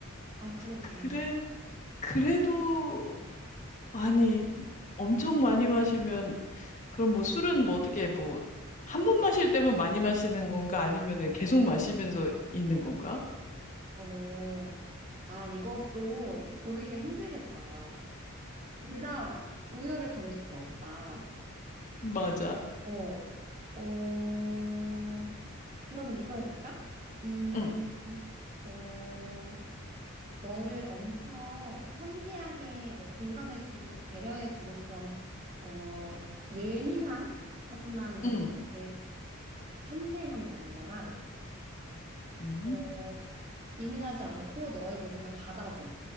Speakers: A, on the right; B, on the left.
A: 아, 그러게.
B: 그래, 그래도, 아니, 엄청 많이 마시면 그럼 뭐 술은 뭐 어떻게 뭐 한 번 마실 때만 많이 마시는 건가? 아니면은 계속 마시면서 있는 건가?
A: 오, 아, 이것도 고르기가 힘들겠다. 둘 다 우열을 가릴 수가 없다.
B: 맞아.
A: 어, 어, 그러면 이거 해볼까? 음,
B: 응,
A: 어, 너를 엄청 섬세하게 뭐 공감해주고 배려해주고 그런 어, 예민한 하지만
B: 응,
A: 이 섬세한 남자랑
B: 응,
A: 어, 예민하지 않고 너의 모든 걸 받아줘.